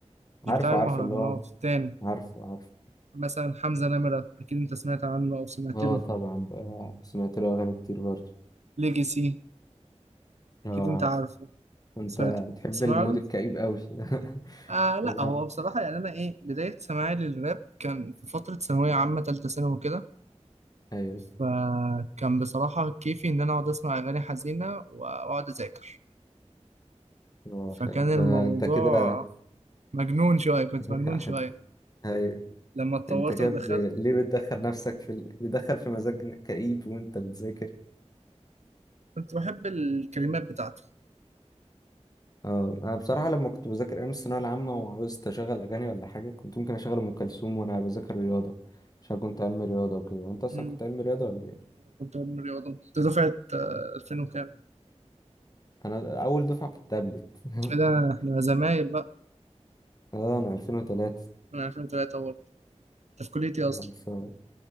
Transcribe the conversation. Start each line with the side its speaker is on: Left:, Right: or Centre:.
Right: مش
Left: عارف
Right: بتاع
Left: عارف
Right: المهرجانات
Left: اللي هو
Right: التاني
Left: عارف عارف
Right: مثلا حمزة نمرة أكيد أنت سمعت عنه أو سمعت
Left: اه
Right: له
Left: طبعا بقى سمعت له اغاني كتير برضه
Right: ليجاسي أكيد
Left: اه
Right: أنت
Left: عارف
Right: عارف
Left: انت
Right: سمعت
Left: بتحب
Right: تسمع
Left: المود
Right: له؟
Left: الكئيب قوي <laughs>
Right: آه لا
Left: ده ده
Right: هو بصراحة يعني أنا إيه بداية سماعي للراب كان في فترة ثانوية عامة تالتة ثانوي كده
Left: ايوه
Right: فكان بصراحة كيفي إن أنا أقعد أسمع أغاني حزينة وأقعد أذاكر
Left: هو
Right: فكان
Left: فاهم
Right: الموضوع
Left: ده ده انت كده
Right: مجنون شوية كنت
Left: <laughs>
Right: مجنون شوية
Left: ايوه
Right: لما اتطورت
Left: انت كده
Right: ودخلت
Left: ب... ليه بتدخل نفسك في ال... بتدخل في مزاج كئيب وانت بتذاكر
Right: كنت بحب الكلمات بتاعته
Left: اه انا بصراحه لما كنت بذاكر ايام الثانويه العامه وعاوزت اشغل اغاني ولا حاجه كنت ممكن اشغل ام كلثوم وانا بذاكر رياضه عشان كنت علمي رياضه وكده وانت اصلا
Right: مم.
Left: كنت علمي رياضه ولا ايه
Right: كنت علم رياضة كنت دفعة آه، 2000 وكام
Left: انا اول دفعه في التابلت <laughs>
Right: إيه ده إحنا زمايل بقى
Left: اه انا 2003
Right: من 2003 برضه أنت في كليتي أصلا
Left: خلصان.